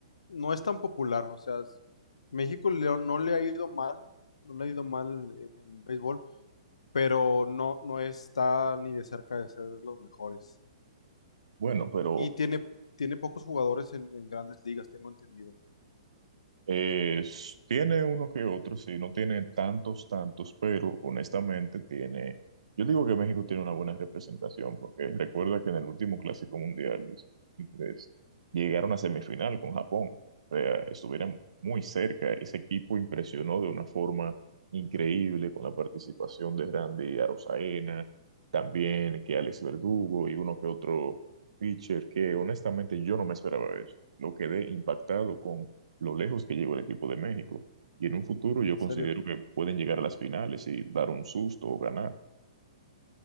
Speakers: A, on the left (about 80°); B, on the right (about 75°).
A: no es tan popular, o sea, es- México le- no le ha ido mal, no le ha ido mal en en el béisbol, pero no, no está ni de cerca de ser de los mejores.
B: Bueno, pero
A: Y tiene, tiene pocos jugadores en, en grandes ligas, tengo entendido.
B: Eh, s- tiene uno que otro, sí, no tiene tantos,
A: Sí,
B: tantos, pero honestamente tiene, yo digo que México tiene una buena representación, porque recuerda que en el último Clásico Mundial de 2023 llegaron a semifinal con Japón, o sea, estuvieron muy cerca, ese equipo impresionó de una forma increíble con la participación de Randy Arozarena, también que Alex Verdugo y uno que otro pitcher, que honestamente yo no me esperaba eso, lo quedé impactado con lo lejos que llegó el equipo de México. Y en un futuro yo
A: en
B: considero
A: serio.
B: que pueden llegar a las finales y dar un susto o ganar.